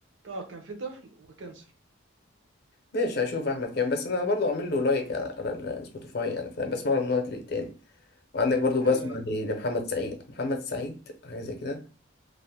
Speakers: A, on the right; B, on the left.
A: آه، كان في طفل وكانسر
B: ماشي هشوف احمد كامل بس انا برضو عامل له لايك على على السبوتيفاي يعني فانا بسمع له من وقت للتاني وعندك برضو
A: ايوه
B: بسمع
A: ايوه
B: ل- لمحمد سعيد محمد سعيد حاجه زي كده